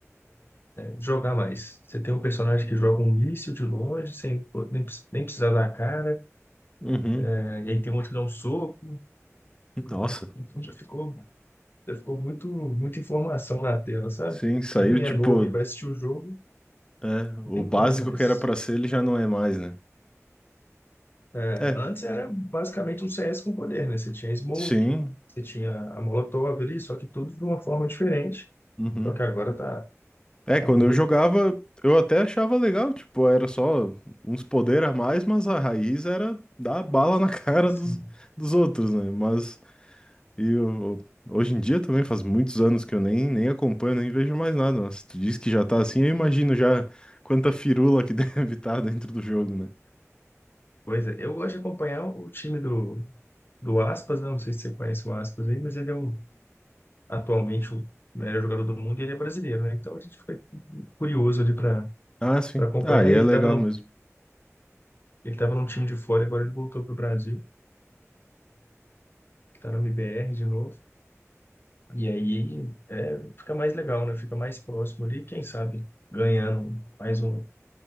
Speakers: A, on the left; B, on the left.
A: jogar mais. Você tem um personagem que joga um míssil de longe, sem nem, precis- nem precisar dar a cara,
B: Uhum.
A: né? e aí tem outro que dá um soco.
B: Nossa.
A: Então já ficou, já ficou muito, muita informação na tela, sabe?
B: Sim, saiu
A: Quem
B: tipo.
A: é novo e vai assistir o jogo,
B: É,
A: nem
B: o básico
A: entende mais.
B: que era pra ser, ele já não é mais, né?
A: É,
B: É.
A: antes era basicamente um CS com poder, né? Você tinha Smoke,
B: Sim.
A: você tinha a Molotov ali, só que tudo de uma forma diferente.
B: Uhum.
A: Só que agora tá,
B: É,
A: tá
B: quando
A: muito,
B: eu jogava, eu até achava legal, tipo, era só uns poderes a mais, mas a raiz era dar bala <laughs> na cara
A: assim,
B: dos, dos outros, né? Mas e eu- hoje em dia também faz muitos anos que eu nem, nem acompanho, nem vejo mais nada. Mas se tu diz que já tá assim, eu imagino já quanta firula que <laughs> deve estar dentro do jogo, né?
A: coisa. Eu gosto de acompanhar o time do, do Aspas, né? Não sei se você conhece o Aspas aí, mas ele é um atualmente o melhor jogador do mundo, e ele é brasileiro, né? Então a gente fica curioso ali para
B: Ah, sim.
A: para acompanhar.
B: Ah, e é
A: E ele
B: legal
A: estava num,
B: mesmo,
A: ele estava num time de fora, agora ele voltou para o Brasil, está na MBR de novo. E aí é, fica mais legal, né? Fica mais próximo ali, quem sabe ganhando mais um,